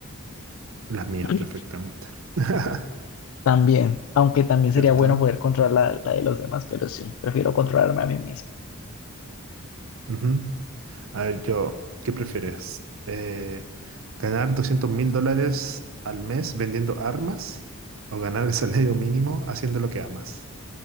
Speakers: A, on the right; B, on the left.
A: Las mías
B: <clears throat>
A: perfectamente. <laughs>
B: También, aunque también
A: ¿Cierto?
B: sería bueno poder controlar la, la de los demás, pero sí, prefiero controlarme a mí mismo.
A: Ujú. A ver, yo, ¿qué prefieres? Eh, ¿ganar doscientos mil dólares al mes vendiendo armas o ganar el salario mínimo haciendo lo que amas?